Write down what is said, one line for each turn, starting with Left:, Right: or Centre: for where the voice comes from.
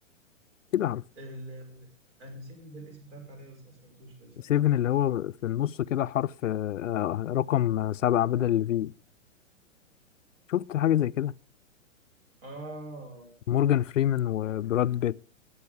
Left: كده عارف
Right: ال... انا نسيت ان ده الاسم بتاعت عليا بس ما سمعتوش لسه
Left: 7
Right: لا
Left: اللي هو في النص كده حرف آه، رقم سبعة بدل الفي شفت حاجة زي كده
Right: اه
Left: مورجان فريمان وبراد بيت